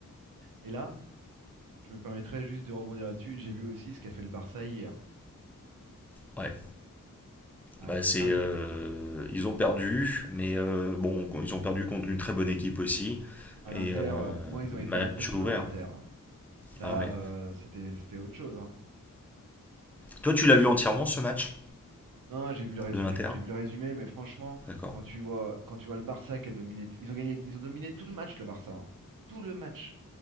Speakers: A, on the right (about 80°); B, in the centre.
A: Et là, je me permettrais juste de rebondir là-dessus. J'ai vu aussi ce qu'a fait le Barça hier.
B: Ouais.
A: Ah,
B: Bah,
A: ils
B: c'est,
A: ont perdu.
B: euh, ils ont perdu, mais euh, bon, ils ont perdu contre une très bonne équipe aussi.
A: À l'Inter,
B: Et euh,
A: euh, moi, ils
B: match
A: ont été impressionnants,
B: ouvert.
A: l'Inter. hein. Là,
B: Ah ouais.
A: euh, c'était, c'était autre chose. hein.
B: Toi, tu l'as vu entièrement ce match
A: Non, non, j'ai vu le résumé.
B: de l'Inter
A: J'ai vu le résumé, mais franchement,
B: D'accord.
A: quand tu vois, quand tu vois le Barça qui a dominé, ils ont gagné, ils ont dominé tout le match, le Barça. hein. Tout le match.